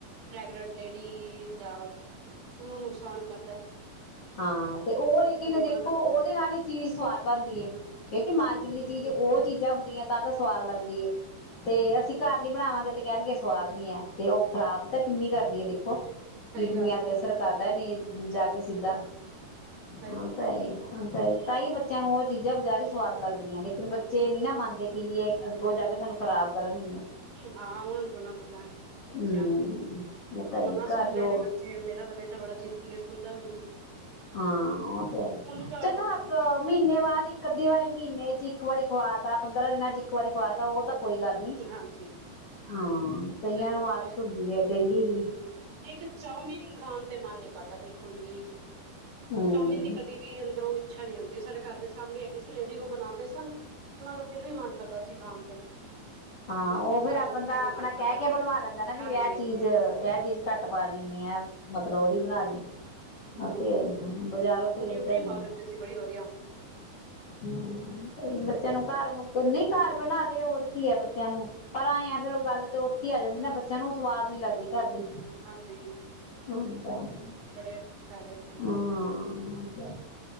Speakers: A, on the right; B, on the left.
A: ਪ੍ਰੈਗਨੈਂਟ ਲੇਡੀ ਤਾਂ ਉਹਨੂੰ ਨੁਕਸਾਨ ਕਰਦਾ ਹੈ
B: ਹਾਂ ਤੇ ਉਹ ਲੇਕਿਨ ਦੇਖੋ
A: ਬੜਾ ਗਲਤ
B: ਉਹਦੇ
A: ਹੈ
B: ਨਾਲ ਇਹ ਚੀਜ਼ ਸਵਾਦ ਬਣਦੀ ਹੈ ਕਿਉਂਕਿ ਮਾਰਕੀਟ ਦੀ
A: ਬਿਲਕੁਲ
B: ਚੀਜ਼ ਉਹ ਚੀਜ਼ਾਂ ਹੁੰਦੀਆਂ ਨੇ ਤਾਂ ਤਾਂ ਸਵਾਦ ਲੱਗਦੀ ਏ ਤੇ
A: ਸਹੀ
B: ਅਸੀਂ ਘਰ ਨੀ ਬਣਾਵਾਂਗੇ ਤੇ ਕਹਿਣਗੇ ਸਵਾਦ ਨੀ ਹੈ ਤੇ ਉਹ ਖ਼ਰਾਬ ਤਾਂ ਕਿੰਨੀ ਕਰਦੀ ਹੈ ਦੇਖੋ ਇਡਨੀਆਂ
A: ਗੱਲ ਹੈ
B: ਤੇ ਅਸਰ ਕਰਦਾ ਨੀ
A: ਬਿਲਕੁਲ
B: ਜਾ
A: ਬਿਲਕੁਲ
B: ਕੇ ਸਿੱਧਾ
A: ਸਹੀ
B: ਹਾਂ
A: ਗੱਲ
B: ਤਈ
A: ਹੈ ਬਿਲਕੁਲ
B: ਤਾਂ ਹੀ ਬੱਚਿਆਂ ਨੂੰ ਉਹ ਚੀਜ਼ਾਂ ਬਜ਼ਾਰੀ ਹੀ ਸਵਾਦ ਲੱਗਦੀਆਂ ਲੇਕਿਨ ਬੱਚੇ ਨੀ ਨਾ ਮੰਨਦੇ ਕਿ ਵੀ ਇਹ ਅੱਗੋਂ ਜਾ ਕੇ ਸਾਨੂੰ ਖਰਾਬ ਕਰਨ ਹੀ
A: ਹਾਂ ਉਹ ਨੂੰ ਥੋੜਾ ਨਾ ਪਤਾ ਹੈ ਬੱਚਿਆਂ
B: ਹਮ
A: ਨੂੰ
B: ਉਹ ਤਾਂ ਹੈ
A: ਔ ਨਾ
B: ਘਰ
A: ਸੁਣਦੇ
B: ਜੋ
A: ਨੇ ਬੱਚੇ ਮੇਰਾ ਤਾਂ ਬੇਟਾ ਬੜਾ ਜਿੱਦੀ ਹੈ ਸੁਣ ਤਾਂ ਵੀ ਨੀ
B: ਹਾਂ ਉਹ ਤੇ ਹੈ
A: ਉਹਨੂੰ ਤਾਂ
B: ਚੱਲੋ ਮਹੀਨੇ ਬਾਅਦ ਇੱਕ ਅਧੀ ਵਾਰੀ ਮਹੀਨੇ ਚ ਇੱਕ ਵਾਰੀ ਖਵਾ ਤਾ ਪੰਦਰਾਂ ਦਿਨਾਂ ਚ ਇੱਕ ਵਾਰੀ ਖਵਾ ਤਾ ਉਹ ਤਾਂ ਕੋਈ ਗੱਲ ਨੀ
A: ਹਾਂਜੀ
B: ਹਾਂ ਕਈਆਂ
A: ਸਹੀ
B: ਨੂੰ
A: ਗੱਲ
B: ਆਦਤ ਹੁੰਦੀ ਹੈ ਡੇਲੀ ਜੀ
A: ਇੱਕ ਚਾਉਮੀਨ ਖਾਣ ਤੇ ਮਨ ਨ ਕਰਦਾ ਬਿਲਕੁਲ ਵੀ
B: ਹਮ
A: ਚਾਉਮੀਨ ਦੀ ਕਦੇ ਵੀ ਅੰਦਰੋਂ ਇੱਛਾ ਨੀ ਆਉਂਦੀ ਸਾਡੇ ਘਰ ਦੇ ਸਾਹਮਣੇ ਹੈਗੀ ਸੀ ਲੇਡੀ ਉਹ ਬਣਾਉਂਦੇ ਸਨ ਉਹਨਾਂ ਦਾ ਫਿਰ ਵੀ ਮਨ ਕਰਦਾ ਸੀ ਖਾਣ ਤੇ
B: ਹਾਂ
A: ਹੁਣ
B: ਉਹ
A: ਹੁਣ
B: ਫਿਰ
A: ਤਾਂ ਉਸਦਾ
B: ਬੰਦਾ
A: ਹੀ ਨੀ
B: ਆਪਣਾ
A: ਮਨ ਕਰਦਾ
B: ਕਹਿ ਕੇ ਬਣਵਾ ਲੈਂਦਾ ਨਾ ਵੀ
A: ਹਾਂਜੀ
B: ਇਹ ਚੀਜ਼
A: ਹਾਂਜੀ
B: ਇਹ ਚੀਜ਼ ਘੱਟ ਪਾ ਦੀਣੀ ਹੈ ਮਤਲਬ ਉਹਦੀ ਬਣਾ ਦੀ
A: ਹਮ
B: ਉਹ ਤੇ ਆ ਬਾਜ਼ਾਰੋਂ ਤੇ
A: ਉਹ ਨਿਊਟਰੀ
B: ਏਦਾਂ ਹੀ
A: ਪਾ ਦਿੰਦੇ
B: ਏ,
A: ਸੀ ਬੜੀ ਵਧੀਆ
B: ਹਮ ਬੱਚਿਆਂ ਨੂੰ ਘਰ ਨਹੀਂ ਘਰ ਬਣਾ ਦੇ ਹੋਰ ਕੀ ਹੈ ਬੱਚਿਆਂ ਨੂੰ ਪਰ ਆਏ ਆ ਫੇਰ ਉਹ ਗੱਲ ਤੇ ਉੱਥੇ ਆ ਜਾਂਦੀ ਨਾ ਬੱਚਿਆਂ ਨੂੰ ਸਵਾਦ ਨੀ ਲੱਗਦੀ ਕਰਦੀ
A: ਹਾਂਜੀ
B: ਔ ਤਾਂ ਹੈ
A: ਬੜੇ ਫਾਇਦੇ ਨੇ
B: ਹਾਂ ਤੇ